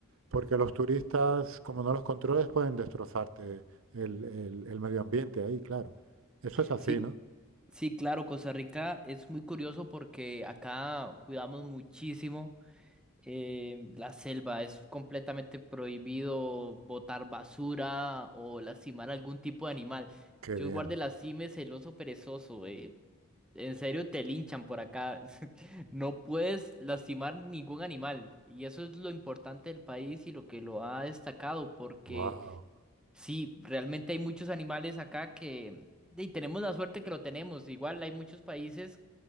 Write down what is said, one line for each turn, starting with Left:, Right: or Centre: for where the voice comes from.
Right: Porque los turistas, como no los controles, pueden destrozarte el, el- el medio ambiente ahí, claro. Eso es así,
Centre: Sí,
Right: ¿no?
Centre: sí, claro, Costa Rica es muy curioso porque acá cuidamos muchísimo eh, la selva. Es completamente prohibido botar basura o lastimar algún tipo de animal.
Right: Qué
Centre: Yo
Right: bien.
Centre: guardé las cimes el oso perezoso. eh, En serio, te linchan por acá. <laughs> No puedes lastimar ningún animal. Y eso es lo importante del país y lo que lo ha destacado, porque
Right: Wow.
Centre: sí, realmente hay muchos animales acá que... Y tenemos la suerte que lo tenemos. Igual hay muchos países